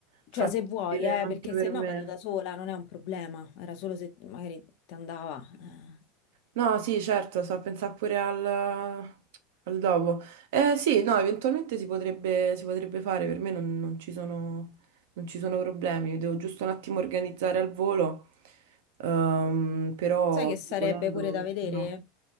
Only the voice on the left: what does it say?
Cioè se vuoi, eh,
perché
se no
vado da sola, non è un problema. Era solo se magari ti andava. eh.
Sai che sarebbe
pure da
vedere